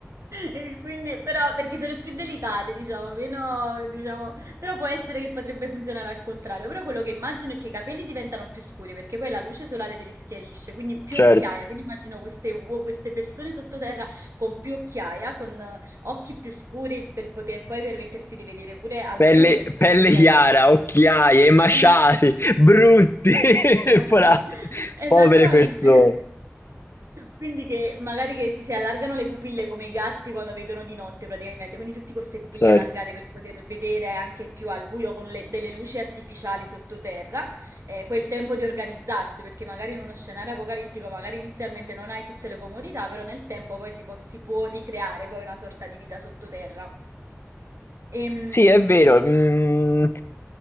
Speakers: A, on the right; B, on the left.
A: E Quindi, però, perché sono più delicate, diciamo, meno, diciamo, però può essere che potrebbe funzionare al contrario. Però quello che immagino è che i capelli diventano più scuri perché poi la luce solare te li schiarisce, quindi più
B: certo.
A: occhiaia. Quindi immagino queste, uo- queste persone sottoterra con più occhiaia, con eh, occhi più scuri per poter poi permettersi di vedere pure al
B: Pelle,
A: buio in un certo
B: pelle
A: senso.
B: chiara, occhiaie, emaciati,
A: <laughs>
B: brutti, <laughs>
A: <laughs>
B: fra- povere
A: Esattamente.
B: persone.
A: Quindi che magari che ti si allargano le pupille come i gatti quando vedono di notte praticamente, quindi tutte queste pupille
B: Certo.
A: allargate per poter vedere anche più al buio con le- delle luci artificiali sottoterra, e poi il tempo di organizzarsi, perché magari in uno scenario apocalittico magari inizialmente non hai tutte le comodità, però nel tempo poi si può, si può ricreare poi una sorta di vita sottoterra. Ehm...
B: Sì, è vero, mhmm,